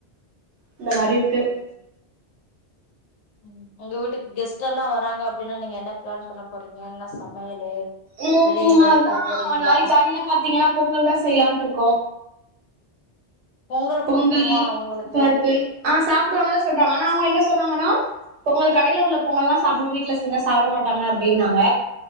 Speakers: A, on the right; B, on the left.
A: இந்த
B: சேரி
A: மாரி இருக்கு
B: சேரி ம் உங்க வீட்டுக்கு கெஸ்ட்டெல்லா வராங்க அப்டின்னா நீங்க என்ன பிளான் பண்ண போறீங்க என்ன சமையலு
A: ம்
B: வெளிய எங்க
A: அதா
B: போ போறீங்களா
A: நாளிக்கு காலில பாத்தீங்கன்னா பொங்கல் தா செய்லான்டுருக்கோ
B: பொங்கல்
A: பொங்கலு
B: புடிக்குமா உங்களுக்கு
A: பருப்பு ஆ சாப்புடுவாங்கதா சொல்றாங்க ஆனா அவுங்க என்ன சொன்னாங்கன்னா பொங்கல் கடேல உள்ள பொங்கல்லா சாப்டு வீட்ல செஞ்சா சாப்ட மாட்டாங்க அப்டின்னாங்க